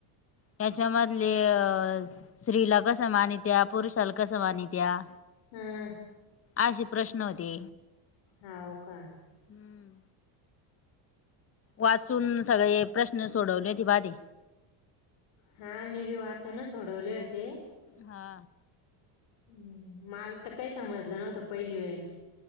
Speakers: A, on the left; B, on the left.
A: त्याच्यामध्ये आपले स्त्रीला कस माणित्या या पुरुषाला कसं मानित्या
B: हम्
A: असे प्रश्न होते
B: हाव का
A: हम् वाच वाचून सगळे प्रश्न सोडवले होती पा ते
B: हा मी बी <unintelligible> होते
A: हा
B: हम् माल तर काही समजलं नव्हतं पहिली वेळेस